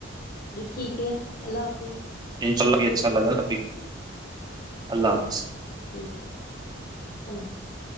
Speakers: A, on the left; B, on the right.
A: جی ٹھیک ہے اللہ حافظ
B: انشاء اللہ بھی اچھا لگا ابھی اللہ حافظ
A: جی جی اللہ حافظ